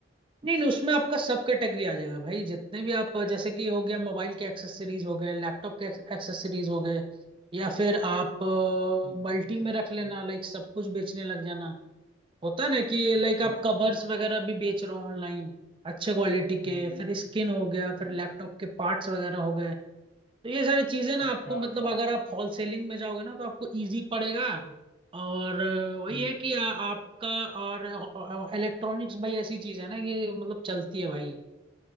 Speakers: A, on the right (about 25°); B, on the left (about 65°).
A: नहीं नहीं उसमें आपका सब कैटेगरी आ जाएगा भाई जितने भी आप जैसे कि हो गया मोबाइल के एक्सेसरीज हो गए लैपटॉप के एक्सेसरीज हो गए या फिर आप
B: हम्म
A: मल्टी
B: हम्म,
A: में रख लेना
B: हम्म,
A: लाइक सब कुछ बेचने लग जाना होता है ना कि
B: अच्छा
A: लाइक आप कवर्स वगैरह भी बेच रहे हो ऑनलाइन अच्छे क्वालिटी
B: हम्म
A: के फिर स्किन हो गया
B: हम्म,
A: फिर लैपटॉप के पार्ट्स वगैरह हो गए तो ये सारी चीजें ना
B: अच्छा
A: आपको मतलब अगर आप होलसेलिंग में जाओगे ना तो आपको इजी पड़ेगा
B: हम्म
A: और अ, वही
B: हम्म
A: है कि आ, आपका और इलेक्ट्रॉनिक्स भाई ऐसी चीज है ना कि मतलब चलती है भाई